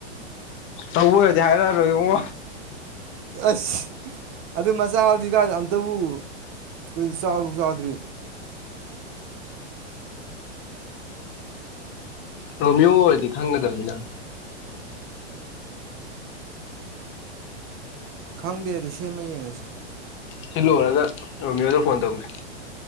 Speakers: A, on the left; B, on the right.
A: ꯇꯧꯕ ꯑꯣꯏꯔꯗꯤ ꯍꯥꯏꯔꯛꯑꯔꯣꯏꯡ
B: ꯑꯁ ꯑꯗꯨ ꯃꯆꯥꯕꯨꯗꯤ ꯀꯥꯏꯗ ꯑꯝꯇꯕꯨ ꯑꯩꯈꯣꯏꯗꯤ ꯆꯥꯎꯕ ꯆꯥꯎꯗ꯭ꯔꯤ
A: ꯔꯣꯃꯤꯌꯣ ꯑꯣꯏꯔꯗꯤ ꯈꯪꯒꯗꯕꯅꯤꯅ
B: ꯈꯪꯗꯦ ꯑꯗꯨ ꯁꯦꯝꯃ ꯌꯦꯡꯉꯁꯤ
A: ꯁꯤ ꯂꯣꯏꯔꯒꯃꯤꯣꯟꯗ ꯐꯣꯟ ꯇꯧꯒ